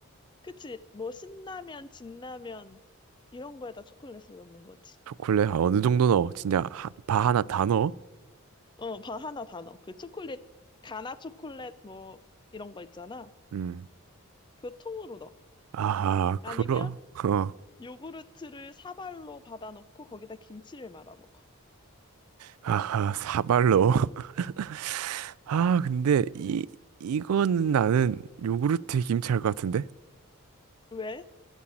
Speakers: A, on the left; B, on the right.
A: 그치? 뭐 신라면, 진라면 이런 거에다 초콜릿을 넣는 거지.
B: 초콜릿 한 어느 정도 넣어? 진짜 하- 바 하나 다 넣어?
A: 어, 바 하나 다 넣어. 그 초콜릿, 가나 초콜릿 뭐 이런 거 있잖아.
B: 음.
A: 그거 통으로 넣어.
B: 아하,
A: 아니면
B: 그러, 어,
A: 요구르트를 사발로 받아놓고 거기다 김치를 말아 먹어.
B: 아하, 사발로. <laughs> 아, 근데 이, 이거는 나는 요구르트에 김치할 것 같은데?
A: 왜?